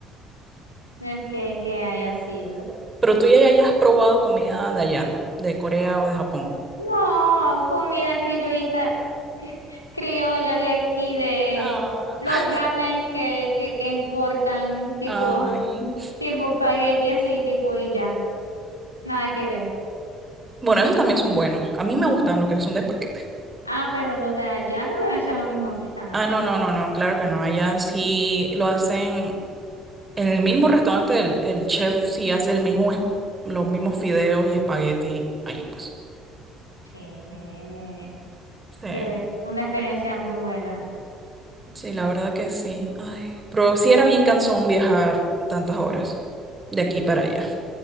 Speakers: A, on the left; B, on the right.
A: el que, que haya sido.
B: Pero tú ya hayas probado comida de allá, de Corea o de Japón.
A: No, comida criollita, <laughs> cri- criolla de aquí, de
B: Ah,
A: los ramen que, que, que importan, tipo,
B: ay.
A: tipo espagueti así, tipo y ya, nada que ver.
B: Bueno, esos también son buenos. A mí me gustan los que son de paquete.
A: Ah, pero los de allá no debe ser lo mismo que están aquí.
B: Ah, no, no, no, no, claro que no. Allá sí lo hacen En el mismo restaurante el, el chef sí hace el mismo, es- los mismos fideos y espagueti ahí, pues.
A: Sí.
B: Sí,
A: Debe, una experiencia muy buena.
B: sí, la verdad que sí. Ay, pero sí era bien cansón viajar tantas horas de aquí para allá.